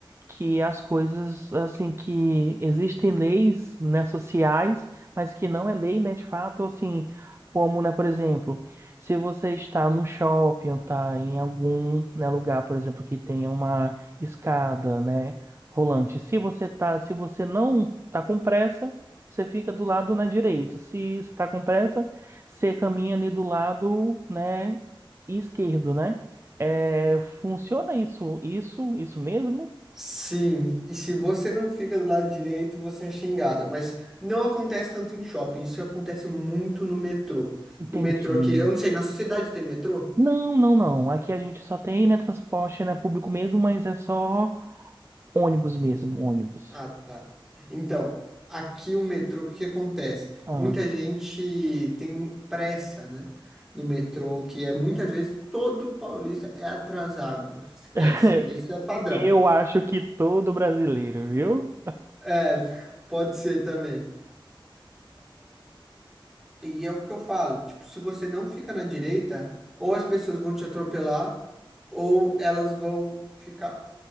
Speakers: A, on the right; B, in the centre.
A: que as coisas, assim, que existem leis, né, sociais, mas que não é lei, né, de fato, assim, como, né, por exemplo, se você está num shopping ou está em algum, né, lugar, por exemplo, que tenha uma escada, né, rolante, se você tá, se você não tá com pressa, você fica do lado, né, direito. Se você tá com pressa, você caminha ali do lado, né, esquerdo, né? É, funciona isso, isso, isso mesmo?
B: Sim, e se você não fica do lado direito, você é xingado. Mas não acontece tanto em shopping, isso acontece muito no metrô.
A: Entendi.
B: No metrô aqui, eu não sei, na sociedade tem metrô?
A: Não, não, não. Aqui a gente só tem, né, transporte, né, público mesmo, mas é só ônibus mesmo, ônibus.
B: Ah, tá. Então, aqui o metrô, o que que acontece?
A: Ah.
B: Muita gente tem pressa, né? No metrô, que é muitas vezes todo paulista é atrasado. Esquece,
A: <laughs>
B: isso é padrão.
A: Eu acho que todo brasileiro, viu?
B: É, <laughs> pode ser também. E é o que eu falo, tipo, se você não fica na direita, ou as pessoas vão te atropelar, ou elas vão ficar